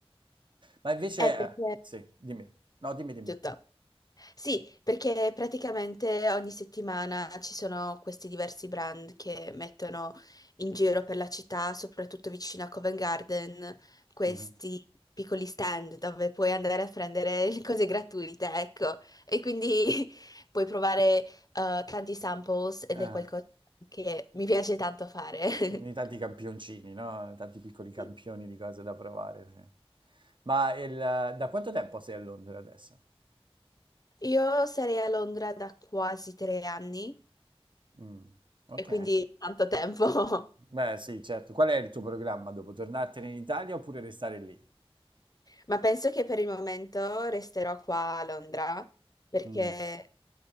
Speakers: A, on the right; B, on the left.
A: Ma invece,
B: Eh, perché
A: eh, sì, dimmi. No, dimmi, dimmi.
B: tutto. Sì, perché praticamente ogni settimana ci sono questi diversi brand che mettono in giro per la città, soprattutto vicino a Covent Garden, questi
A: Mhm.
B: piccoli stand dove puoi andare a prendere le cose gratuite, ecco. E quindi <laughs> puoi provare eh, tanti samples ed
A: Ah.
B: è qualcosa che mi piace tanto fare.
A: Quindi tanti campioncini, no? Tanti piccoli campioni
B: <laughs>
A: di cose da provare, sì. Ma il- da quanto tempo sei a Londra adesso?
B: Io sarei a Londra da quasi tre anni
A: Mm, ok.
B: e quindi tanto tempo. <laughs>
A: Beh, sì, certo. Qual è il tuo programma dopo? Tornartene in Italia oppure restare lì?
B: Ma penso che per il momento resterò qua a Londra perché
A: Mm.